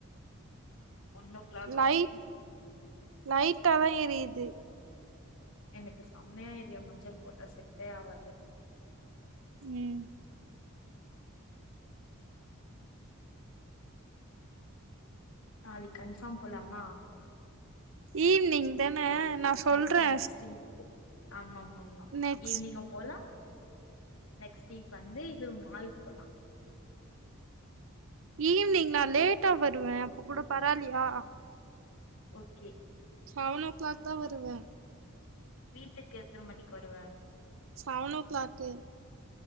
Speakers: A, on the left; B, on the right.
A: ஒன் ஓ க்ளாக்
B: லைட்
A: அப்டி
B: லைட்டாதா எரியுது
A: எனக்கு செம்மயா எரியு மஞ்சள் போட்டா செட்டே ஆவாது
B: ம்
A: நாளைக்கு கன்ஃபார்ம் போலாமா
B: ஈவ்னிங் தானே நா சொல்றே
A: நக் நக்ஸ்ட்டு வீக் ஆமா ஆமாம்மா
B: நெக்ஸ்ட்
A: ஈவினிங் போலா நெக்ஸ்ட் வீக் வந்து இது மாலுக்கு போலா
B: ஈவினிங் நா லேட்டா வருவே அப்ப கூட பரவாலியா
A: ஓகே
B: செவன் ஓ க்ளாக் தா வருவே
A: வீட்டுக்கு எத்தன மணிக்கு வருவ
B: செவனோ o'clock